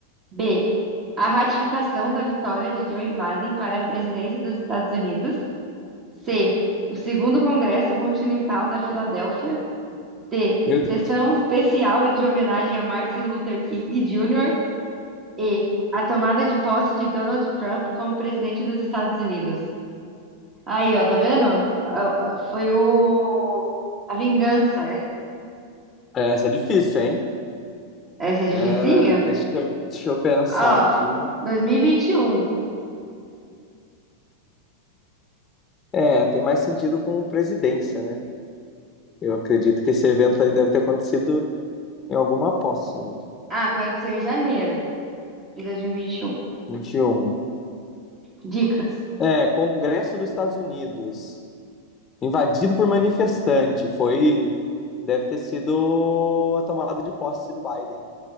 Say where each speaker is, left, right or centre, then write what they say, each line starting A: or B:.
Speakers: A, on the right; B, on the left.
A: B. A ratificação da vitória de Joe Biden para a presidência dos Estados Unidos. C. O segundo Congresso Continental da Filadélfia. D.
B: Meu
A: Sessão
B: Deus.
A: especial de homenagem a Martin Luther King Jr. E. A tomada de posse de Donald Trump como presidente dos Estados Unidos. Aí, ó, tá vendo? Ah, ah, Foi o... a vingança.
B: É, Essa é difícil, hein?
A: Essa é dificinha?
B: É, deixa, eu- deixa eu pensar
A: Ó,
B: aqui.
A: 2021.
B: É, tem mais sentido com presidência, né? Eu acredito que esse evento aí deve ter acontecido em alguma posse mesmo.
A: Ah, aconteceu em janeiro de 2021.
B: 21.
A: Dicas.
B: É, Congresso dos Estados Unidos, invadido por manifestante, foi, deve ter sido a tomada de posse do Biden.